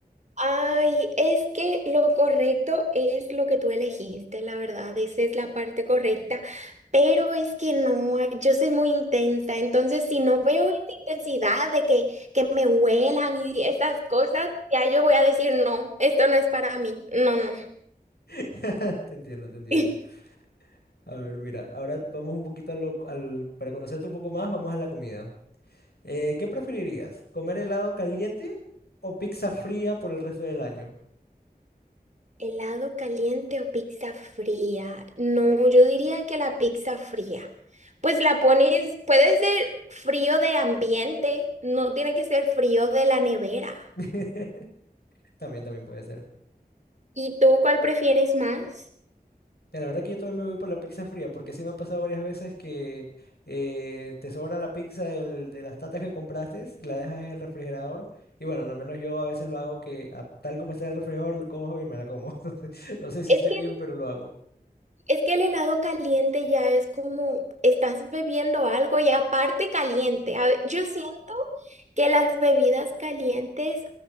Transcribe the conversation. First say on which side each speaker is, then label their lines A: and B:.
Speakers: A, on the right; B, on the left.
A: Ay, es que lo correcto es lo que tú elegiste, la verdad, esa es la parte correcta, pero es que no, ay, yo soy muy intensa, entonces si no veo esta intensidad de que, que me huelan y esas cosas, ya yo voy a decir, no, esto no es para mí, no, no.
B: <laughs> Te entiendo, te entiendo.
A: <laughs>
B: A ver, mira, ahora vamos un poquito a lo- al, para conocerte un poco más, vamos a la comida. Eh, ¿qué preferirías? ¿Comer helado caliente o pizza fría por el resto del año?
A: ¿Helado caliente o pizza fría? No, yo diría que la pizza fría. Pues la pones, puede ser frío de ambiente, no tiene que ser frío de la nevera.
B: <laughs> También, también puede ser.
A: ¿Y tú cuál prefieres más?
B: Mira, La verdad que yo también me voy por la pizza fría, porque sí me ha pasado varias veces que eh, te sobra la pizza del- de las tatas que compraste y la dejas en el refrigerador. Y bueno, al menos yo a veces lo hago que a- tal como está en el refrigerador, lo cojo y me la como. <laughs> Entonces, No sé si
A: Es
B: esté
A: que,
B: bien,
A: el-
B: pero lo hago.
A: es que el helado caliente ya es como estás bebiendo algo y aparte caliente. A ve- yo siento que las bebidas calientes